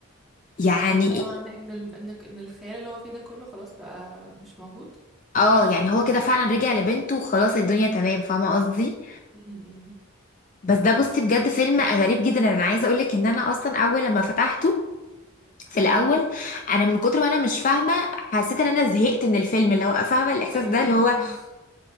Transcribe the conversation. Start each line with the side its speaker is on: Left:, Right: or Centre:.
Left: يعني
Centre: طب ده معناه
Left: إيه؟
Centre: ان ال... ان ان الخيال اللي هو فيه ده كله خلاص بقى مش موجود
Left: اه يعني هو كده فعلا رجع لبنته وخلاص الدنيا تمام فاهمة قصدي
Centre: امم
Left: بس ده بصي بجد فيلم غريب جدا انا عايزة اقولك ان انا اصلا اول لما فتحته في الاول
Centre: امم
Left: انا من كتر ما انا مش فاهمه حسيت ان انا زهقت من الفيلم اللي هو فاهمه الاحساس
Centre: ايوه
Left: ده اللي هو
Centre: <laughs>